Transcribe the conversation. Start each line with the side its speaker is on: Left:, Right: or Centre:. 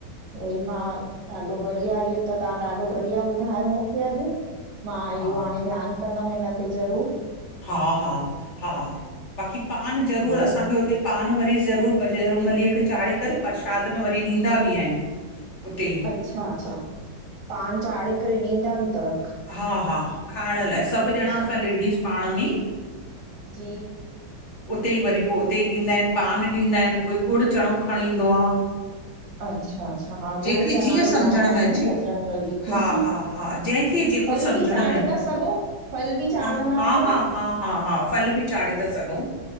Right: उहोई, मां ॾाढो बढ़िया, इहो त तव्हां ॾाढो बढ़िया ॿुधायो मूंखे अॼु। मां इहो
Left: हा
Right: हाणे ध्यानु कंदमि हिन ते ज़रूर।
Left: हां, हां-हां, बाक़ी पान जरूरु
Right: हा
Left: असांखे उते, पान वरी ज़रू करर बजरंगबली खे चाढ़े करे पर्रशाद में वरी ॾींदा बि आहिनि। उते ई
Right: अच्छा-अच्छा! पान चाढ़े करे ॾींदा बि अथव।
Left: हां-हां, खाइण लाइ, सभु
Right: अच्छा
Left: ॼणा असां लेडीस पाण में।
Right: जी।
Left: उते ई वरी, पोइ उते ई ॾींदा आहिनि। पान ॾींदा आहिनि। कोई ॻुड़ चणो खणी ईंदो आहे।
Right: अच्छा अच्छा हा
Left: जेहिंकखे
Right: गुड़ चना
Left: जीअं
Right: बि
Left: सम्झण
Right: वणंदा आहिनि
Left: में अचे।
Right: न बजरंग बली खे।
Left: हां, हां-हां जंहिंखे
Right: फल
Left: सम्झण
Right: बि चाढ़े
Left: में अचे।
Right: था सघो फल बि चाढ़ंदा
Left: हां,
Right: हूंदव
Left: हां-हां, हां-हां फल बि चाढ़े अथस। सघूं